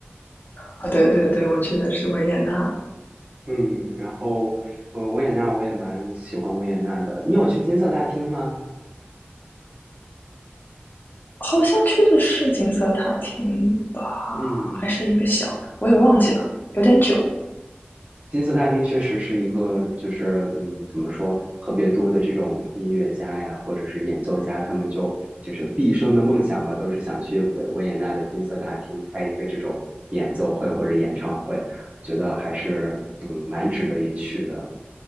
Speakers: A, on the left; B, on the right.
A: 啊！对对对，我去的是维也纳。
B: 嗯，然后呃，维也纳我也蛮喜欢维也纳的。你有去金色大厅吗？
A: 好像去的是金色塔厅吧，
B: 嗯，
A: 还是一个小的，我也忘记了，有点久。
B: 金色大厅确实是一个，就是嗯，怎么说，特别多的这种音乐家呀，或者是演奏家，他们就就是毕生的梦想吧，都是想去维维也纳的金色大厅开一个这种演奏会或者演唱会，觉得还是嗯蛮值得一去的。